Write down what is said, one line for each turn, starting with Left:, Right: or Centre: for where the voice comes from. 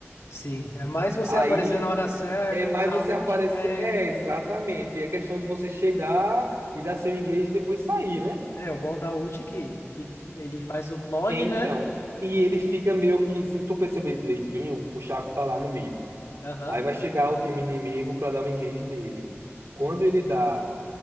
Left: Sim. É mais você
Right: Aí
Left: aparecer na hora certa,
Right: é mais
Left: usar
Right: você
Left: o ult
Right: aparecer.
Left: bem.
Right: É, exatamente. E É questão de você chegar e dar seu engage e depois sair, né?
Left: É, o bom da ult é que, que ele faz o clone,
Right: É, Então,
Left: né?
Right: e ele fica meio que, se tu perceber direitinho, o Chaco tá lá no mid.
Left: Aham.
Right: Aí vai chegar o time inimigo pra dar um engage nele. Quando ele dá